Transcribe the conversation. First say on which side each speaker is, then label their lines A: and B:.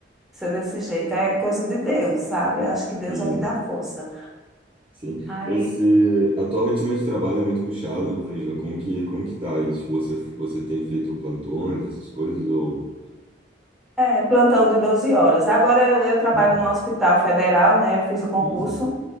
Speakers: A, in the centre; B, on the right.
A: ser desse jeito? É coisa de Deus, sabe? Eu acho que Deus
B: Sim,
A: é que dá força.
B: sim.
A: Aí
B: Você, a tua rotina de trabalho é muito puxada, Rosângela. Como que, como que tá isso? Tipo, Você, você tem feito plantões, essas coisas, ou...
A: É, plantão de 12 horas. Agora eu, eu trabalho
B: Uhum.
A: no Hospital Federal, né? Eu fiz o concurso,
B: Uhum.